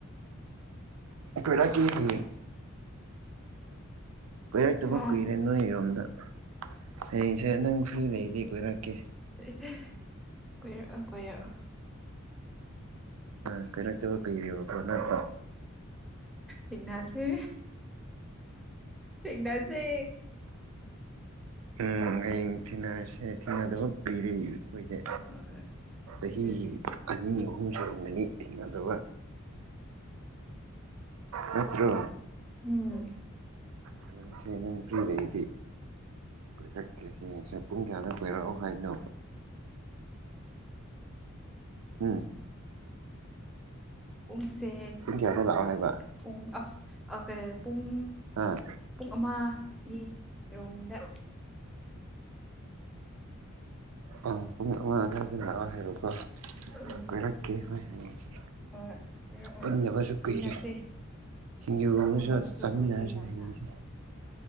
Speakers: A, on the right (about 80°); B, in the centre.
A: ꯀꯣꯏꯔꯛꯀꯦ ꯍꯌꯦꯡ ꯀꯣꯏꯔꯛ ꯇꯕ
B: ꯍꯥ
A: ꯀꯨꯏꯔꯦ ꯅꯣꯏꯔꯣꯝꯗ ꯍꯌꯦꯡꯁꯦ ꯅꯪ ꯐ꯭ꯔꯤꯗ ꯂꯩꯔꯗꯤ ꯀꯣꯏꯔꯛꯀꯦ
B: ꯀꫭꯏꯔꯛꯑ‌ꫭ ꯀꫭꯏꯔꯛꯑ‌ꫭ
A: ꯑꯥ ꯀꯣꯏꯔꯛꯇꯕ ꯀꯨꯏꯔꯦꯕꯀꯣ ꯅꯠꯇ꯭ꯔꯣ
B: ꯊꯦꯡꯅꯁꯦ ꯊꯦꯡꯅꯁꯦ
A: ꯎꯝ ꯍꯌꯦꯡ ꯊꯦꯡꯅꯔꯁꯦ ꯊꯦꯡꯅꯗꯕ ꯀꯨꯏꯔ‌ꯦ ꯑꯩꯈꯣꯏꯁꯦ
B: ꯍꯣꯏ
A: ꯆꯍꯤ
B: ꯑꯗꯨꯅꯦ
A: ꯑꯅꯤ ꯑꯍꯨꯝ ꯁꯨꯔꯝꯒꯅꯤ ꯍꯩꯅꯗꯕ ꯅꯠꯇ꯭ꯔꯣ
B: ꯎꯝ
A: ꯍꯌꯦꯡꯁꯦ ꯅꯪ ꯐ꯭ꯔꯤ ꯂꯩꯔꯗꯤ ꯀꯣꯏꯔꯛꯀꯦ ꯍꯌꯦꯡꯁꯦ ꯄꯨꯡ ꯀꯌꯥꯅ ꯀꯣꯏꯔꯛꯑꯣ ꯍꯥꯏꯅꯣ ꯎꯝ
B: ꯄꯨꯡꯁꯦ
A: ꯄꯨꯡ ꯀꯌꯥꯗ ꯂꯥꯛꯑꯣ ꯍꯥꯏꯕ
B: ꯄꯨꯡ ꯑꯐ ꯀꯩ ꯄꯨꯡ
A: ꯑꯥ
B: ꯄꯨꯡ ꯑꯃꯒꯤ ꯔꯣꯝꯗ
A: ꯑ ꯄꯨꯡ ꯑꯃ ꯑꯗꯨꯋꯥꯏꯗ ꯂꯥꯛꯑꯣ ꯍꯥꯏꯕꯀꯣ
B: ꯎꯝ
A: ꯀꯣꯏꯔꯛꯀꯦ ꯍꯣꯏ ꯍꯥꯌꯦꯡ ꯁꯦ
B: ꯍꯣꯏ ꯍꯥꯏꯔꯛꯑꯣ
A: ꯄꯨꯟꯗꯕꯁꯨ ꯀꯨꯏꯔꯦ
B: ꯊꯦꯡꯅꯁꯦ
A: ꯁꯤꯡꯖꯨꯒꯨꯝꯕꯁꯨ
B: ꯎꯗꯕꯁꯨ
A: ꯆꯥꯃꯤꯟꯅꯔꯁꯤ
B: ꯀꯨꯏꯔꯦ ꯌꯥꯝꯅ
A: ꯍꯥꯌꯦꯡꯁꯦ